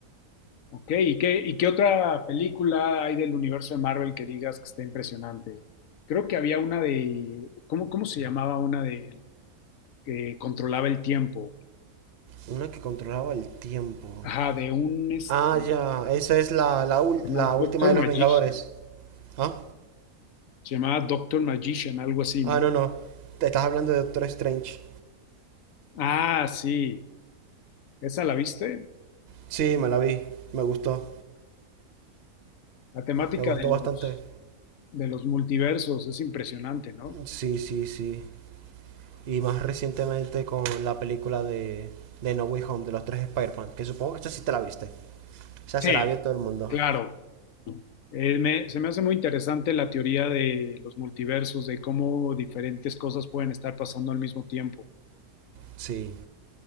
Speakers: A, on the left; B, on the right.
A: Ok. ¿Y qué, y qué otra película hay del universo de Marvel que digas que está impresionante? Creo que había una de, ¿cómo, cómo se llamaba una de que controlaba el tiempo?
B: Una que controlaba el tiempo.
A: Ajá, de un este,
B: Ah, ya. Esa es la, la, ul-
A: Se llama
B: la última
A: Doctor
B: de
A: Magician.
B: los Vengadores. ¿Ah?
A: Se llamaba Doctor Magician, algo así, ¿no?
B: Ah, no, no. Te estás hablando de Doctor Strange.
A: Ah, sí. ¿Esa la viste?
B: Sí, me la vi. Me gustó.
A: La temática
B: Me gustó
A: de los,
B: bastante.
A: de los multiversos es impresionante, ¿no?
B: Sí, sí, sí. Y más recientemente con la película de, de No Way Home, de los tres Spider-Man. Que supongo que esta sí te la viste. O sea,
A: Sí,
B: se la vio todo el mundo.
A: claro. Eh, me- se me hace muy interesante la teoría de los multiversos, de cómo diferentes cosas pueden estar pasando al mismo tiempo.
B: Sí.